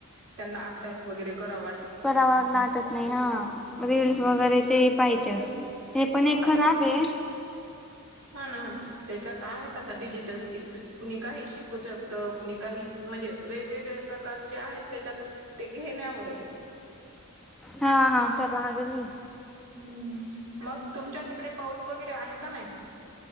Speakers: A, on the right; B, in the centre.
A: त्यांना अभ्यास वगैरे करावा वाट,
B: परावर लाटत नाही हा रीलस वगैरे ते पाहिजे, हे पण एक खराब आहे.
A: हा ना ह त्याच्यात आहेत आता डिजिटल स्किल तुम्ही काही शिकू शकता, तर कुणी काही म्हणजे वेगवेगळे प्रकारचे आहेत त्याच्यात ते घेण्यावर आहे.
B: हा हा तर लागेल ना,
A: हम्म मग तुमच्या तिकडे पाऊस वगैरे आहे का नाही?